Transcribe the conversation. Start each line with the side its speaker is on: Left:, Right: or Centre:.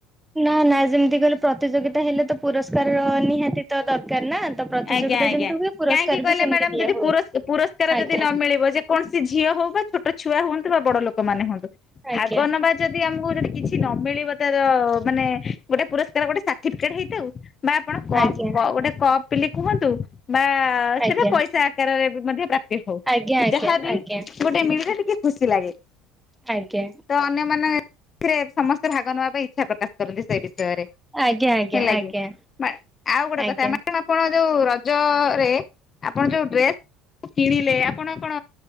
Centre: ନା ନା ଯେମିତି କହିଲ ପ୍ରତିଯୋଗିତା ହେଲେ ତ ପୁରସ୍କାର ର ନିହାତି ତ ଦରକାର। ନା ତ ପ୍ରତିଯୋଗିତା
Left: ଆଜ୍ଞା ଆଜ୍ଞା।
Centre: ଯେମିତି ହୁଏ ପୁରସ୍କାର
Left: କାହିଁକି କହିଲେ
Centre: ବି ସେମିତି
Left: ମ୍ୟାଡାମ
Centre: ଦିଆ
Left: ଯଦି
Centre: ହୁଏ
Left: ପୁର ପୁରସ୍କାର
Centre: ଆଜ୍ଞା।
Left: ଯଦି ନ ମିଳିବ ଯେ କୌଣସି ଝିଅ ହଉ ବା ଛୋଟ ଛୁଆ ହଅନ୍ <inaudible> ବଡ ଲୋକମାନେ ହୁଅନ୍ତୁ ଭାଗ
Centre: ଆଜ୍ଞା
Left: ନବା ଯଦି ଆମକୁ ଯଦି କିଛି ନ ମିଳିବ ତାର ମାନେ ଗୋଟେ ପୁରସ୍କାର ଗୋଟେ ସାର୍ଟିଫିକେଟ ହେଇଥାଉ ବା ଆପଣ କ
Centre: ଆଜ୍ଞା
Left: କ ଗୋଟେ କପ <unintelligible> ବା ସେଟା
Centre: ଆଜ୍ଞା
Left: ପଇସା ଆକାରରେ ବି ମଧ୍ୟ ପ୍ରାପ୍ତି ହଉ
Centre: ଆଜ୍ଞା
Left: ଯାହାବି
Centre: ଆଜ୍ଞା
Left: ଗୋଟେ ମିଳିଲେ ଟିକେ ଖୁସି ଲାଗେ
Centre: ଆଜ୍ଞା
Left: ତ ଅନ୍ୟ ମାନେ ସେଥିରେ ସମସ୍ତେ ଭାଗ ନେବା ପାଇଁ ଇଚ୍ଛା ପ୍ରକାଶ କରନ୍ତି ସେ ବି ବିଷୟ ରେ
Centre: ଆଜ୍ଞା ଆଜ୍ଞା ଆଜ୍ଞା
Left: ହେଲା
Centre: ଆଜ୍ଞା
Left: କି ମା ଆଉ ଗୋଟେ
Centre: ଆଜ୍ଞା
Left: କଥା ମା ଯୋଉ ରଜରେ ଆପଣ ଯୋଉ ଡ୍ରେସ କିଣିଲେ ଆପଣ କଣ